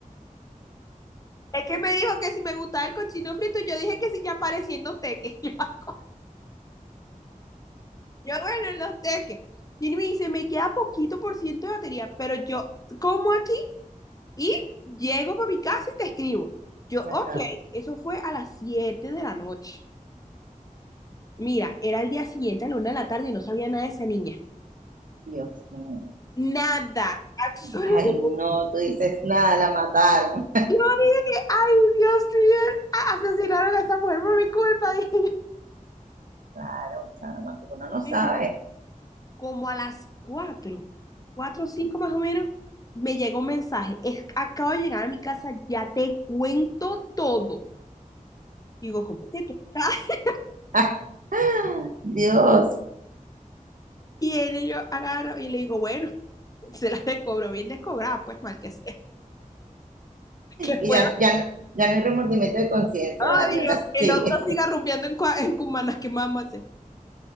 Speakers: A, on the left; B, on the right.
A: Es que me dijo que si me gustaba el cochino frito, yo dije que si ya aparecía en los teques. <laughs> Yo, yo, bueno, en los teques. Y me dice, me queda poquito por ciento de batería, pero yo como aquí y llego para mi casa y te escribo. Yo,
B: ajá.
A: ok, eso fue a las 7 de la noche. Mira, era el día siguiente a la una de la tarde y no sabía nada de esa niña.
B: Dios mío.
A: Nada, absolutamente.
B: Ay, no, tú dices nada, la mataron.
A: Yo dije, ay, Dios mío, asesinaron a esa mujer por mi culpa, <laughs> dije
B: Claro, chama, porque uno no sabe.
A: yo.
B: <laughs>
A: como a las cuatro, cuatro o 5 más o menos, me llegó un mensaje. Es, acabo de llegar a mi casa, ya te cuento todo. Y digo, ¿cómo que tú estás? <laughs>
B: Ah, ah, Dios.
A: Y él, yo agarro y le digo, bueno, se la descobro, bien descobrada, pues mal que sea. <laughs> Que pueda,
B: Y ya, ya, no- ya no hay remordimiento de conciencia,
A: ay,
B: dale, ahora
A: yo, que
B: sí.
A: el otro siga rumbeando en, cua- en Cumaná, ¿qué más vamos a hacer?